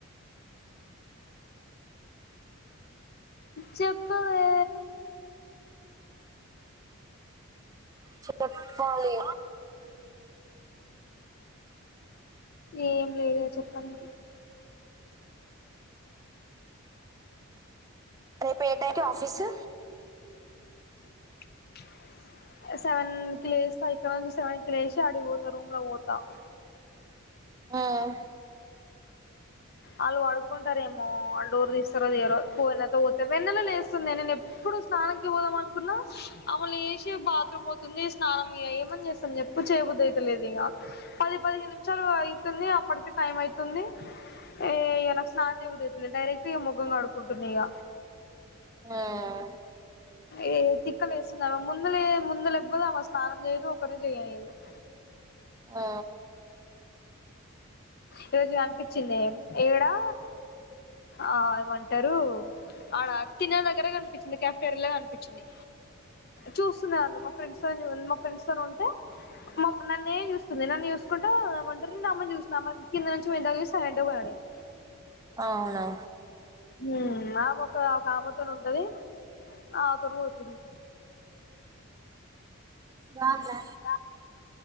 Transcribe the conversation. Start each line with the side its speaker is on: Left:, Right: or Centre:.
Left: చెప్పవే
Right: చెప్పాలి
Left: ఏం లేదే చెప్పాలి
Right: రేపు ఏ టైమ్ కి ఆఫీసు
Left: <inaudible> సెవెన్ కి లేస్తా ఇక నుంచి సెవెన్ లేసి అడిపోత రూమ్ లో పోత <inaudible>
Right: ఉమ్మ్
Left: ఆళ్ళు వడుకుంటారేమో ఆళ్ళు డోర్ తీస్తారో తియ్యరో ఫోన్ జెత్తవ్ వ వెన్నెల లెస్తుందే నేను ఎప్పుడు స్నానానికి పోదాం అనుకున్నా ఆమె లెసి బాత్రూమ్ పోతుంది స్నానం ఇగ ఏమన్ జేస్తామ్ జెప్పు చేయబుద్ది అయితలేదు ఇగ పది పదిహేను నిమిషాలు అయితుంది అప్పటికే టైమ్ అయితుంది ఏ ఇగ నాకు స్నానం చెయబుద్ది అయితలే డైరెక్ట్ ఇక ముఖం కడుక్కుంటున్న ఇగ
Right: ఉమ్మ్
Left: ఏ తిక్కలేస్తుంది ఆమె ముందు లె ముందు లెవ్వదు స్నానం చేయదు ఒకరిని చేయనీదు <inaudible>
Right: ఆ
Left: ఈరోజు కనిపించింది ఏడా ఆ ఏమంటారు ఆడ తినే దగ్గర కనిపించింది కఫెటేరియా లొ కనిపించింది చూస్తున్నా నన్ను మా ఫ్రెండ్స్ తో మా ఫ్రెండ్స్ తోను ఉంటే నన్నే చూస్తుంది నన్ను చూసుకుంటూ అమ్మను చూసిన అమ్మను కింద నుంచి మీద దాక సైలెంట్ గా పొయినా నేను
Right: అవునా
Left: ఉ ఆమె ఒక ఒక ఆమెతోనే ఉంటది ఆమె తోనే పోతుంది
Right: బావుందా
Left: ఆ